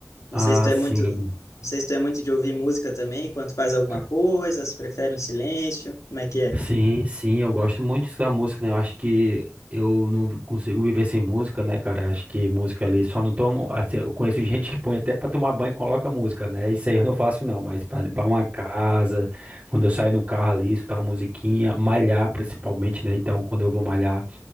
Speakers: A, on the left (about 85°); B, on the right (about 30°).
A: Não
B: Ah,
A: sei se tu
B: sim.
A: é muito, não sei se tu é muito de ouvir música também, enquanto faz alguma
B: Ca-
A: coisa, se prefere um silêncio, como é que é?
B: Sim, sim, eu gosto muito da música, né? Eu acho que eu não consigo viver sem música, né, cara? Acho que música ali só não tomo. Assim, eu conheço gente que põe até pra tomar banho e coloca música, né? Isso aí eu não faço, não, mas pra limpar uma casa, quando eu saio no carro ali, escutar uma musiquinha, malhar principalmente, né? Então, quando eu vou malhar.